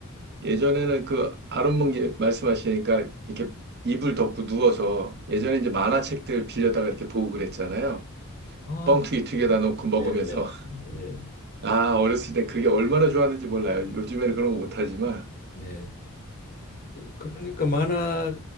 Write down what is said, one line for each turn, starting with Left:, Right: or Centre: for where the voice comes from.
Right: 예전에는 그 아랫목 예- 말씀하시니까 이렇게 이불 덮고 누워서 예전에
Left: 음.
Right: 이제 만화책들 빌려다가 이렇게 보고 그랬잖아요.
Left: 아,
Right: 뻥튀기
Left: 그-
Right: 튀겨다 놓고 먹으면서
Left: 네네. 예,
Right: 아, 어렸을 때 그게 얼마나 좋았는지 몰라요. 요즘에는 그런 거 못하지만.
Left: 네. 그러니까 만화